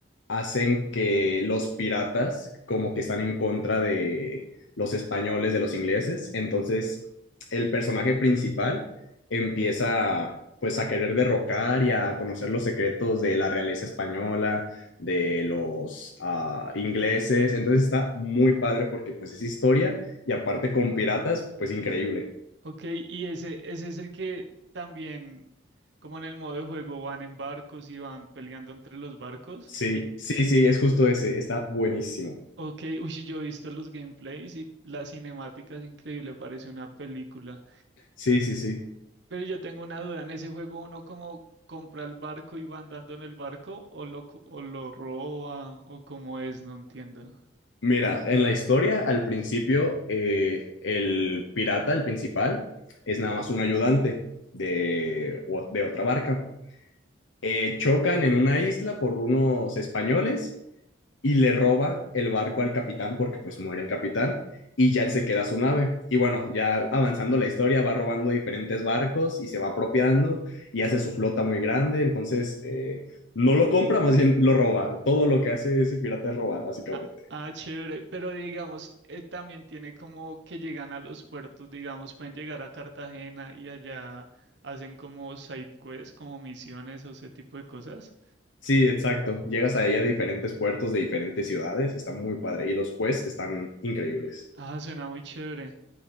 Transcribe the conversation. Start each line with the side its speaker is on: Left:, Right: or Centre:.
Left: hacen que los piratas como que están en contra de los españoles, de los ingleses. Entonces, el personaje principal empieza pues a querer derrocar y a conocer los secretos de la realeza española, de los ah, ingleses. Entonces está muy padre porque pues es historia y aparte con piratas, pues increíble.
Right: Ok, y ese, ese es el que también, como en el modo de juego, van en barcos y van peleando entre los barcos.
Left: Sí,
Right: Y,
Left: sí, sí, es justo ese, está buenísimo.
Right: ok, <laughs> uy, yo he visto los gameplays y las cinemáticas, increíble, parece una película.
Left: Sí, sí, sí.
Right: Pero yo tengo una duda, ¿en ese juego uno como compra el barco y va andando en el barco o lo, co- o lo roba o cómo es? No entiendo.
Left: Mira, en la historia, al principio, eh, el pirata, el principal, es nada más un ayudante de, o- de otra barca. Eh, chocan en una isla por unos españoles y le roba el barco al capitán porque pues muere el capitán y ya él se queda su nave. Y bueno, ya avanzando la historia, va robando diferentes barcos y se va apropiando y hace su flota muy grande. Entonces, eh, no lo compra, más bien lo roba. Todo lo que hace ese pirata es robar, básicamente.
Right: Ah, ah, chévere, pero digamos, eh, también tiene como que llegan a los puertos, digamos, pueden llegar a Cartagena y allá hacen como side quests, como misiones o ese tipo de cosas.
Left: Sí, exacto. Llegas ahí a diferentes puertos de diferentes ciudades, está muy padre. Y los quests están increíbles.
Right: Ah, suena muy chévere.